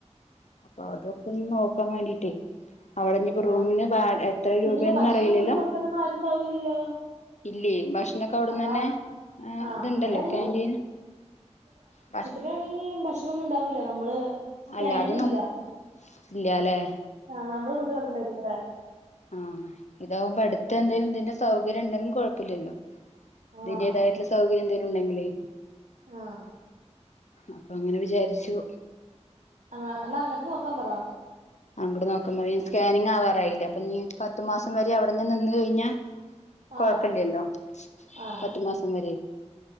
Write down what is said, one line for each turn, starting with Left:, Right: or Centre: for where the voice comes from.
Left: അപ്പൊ അതൊക്കൊന്ന് നോക്കാൻ വേണ്ടിട്ടേ അവിടെ ഇഞ്ഞ്പ്പോ റൂമിന്
Right: ആഹ്
Left: വ എത്ര രൂപന്ന്
Right: പിന്നെ ഇപ്പ ഭക്ഷണം
Left: അറിയിലല്ലോ
Right: കൊണ്ട് കൊടുക്കാനൊന്നും ആരും ഉണ്ടാവൂലല്ലോ
Left: ഇല്ല ഭക്ഷണൊക്കെ അവ ടുന്നന്നെ
Right: അപ്പ ആഹ്
Left: ഇത്ണ്ടല്ലോ
Right: അങ്ങനെയാണെങ്കി
Left: കാന്റീന് ഭ
Right: നിക്കാണെങ്കി ഭക്ഷണൊന്നും ഉണ്ടാവൂല്ല നമ്മള്
Left: അല്ല
Right: ക്യാന്റീൻ
Left: അതും നമ
Right: ഇല്ല
Left: ഇല്ലാല്ലേ
Right: ആഹ് നമ്മള് കൊണ്ട് കൊടുക്കുന്ന ഇവിടെ
Left: ആഹ് ഇതാവുമ്പോ അടുത്ത് എന്തേലും ഇതിന്റെ സൗകര്യം ഉണ്ടെങ്കി കൊഴപ്പല്ലല്ലോ ഇതിന്റെതായിട്ടുള്ള
Right: ആഹ്
Left: സൗകര്യം എന്തേലും ഉണ്ടെങ്കിലേ
Right: ആഹ്
Left: അപ്പൊ അങ്ങനെ വിചാരിച്ചു
Right: ആഹ് എന്നാ അങ്ങട്ട് നോക്കാൻ പറാ
Left: അങ്ങട്ട് നോക്കാൻ പറയാൻ സ്കാനിങ് ആവാറായില്ലേ അപ്പം ഇഞ്ഞി പത്ത് മാസം വരെ അവിടെ തന്നെ നിന്ന് കഴിഞ്ഞാ കൊഴപ്പല്ലല്ലോ
Right: ആഹ് ആഹ്
Left: പത്തു മാസം വരെ